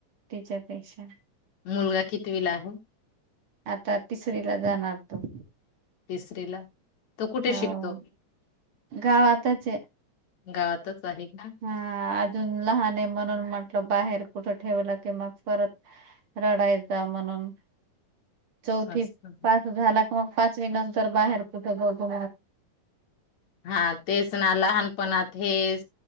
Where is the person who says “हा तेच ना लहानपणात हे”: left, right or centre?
Left